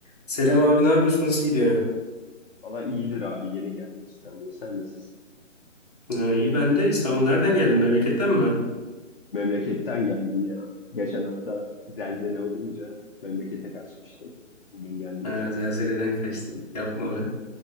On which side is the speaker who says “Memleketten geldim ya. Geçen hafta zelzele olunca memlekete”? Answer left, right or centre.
Left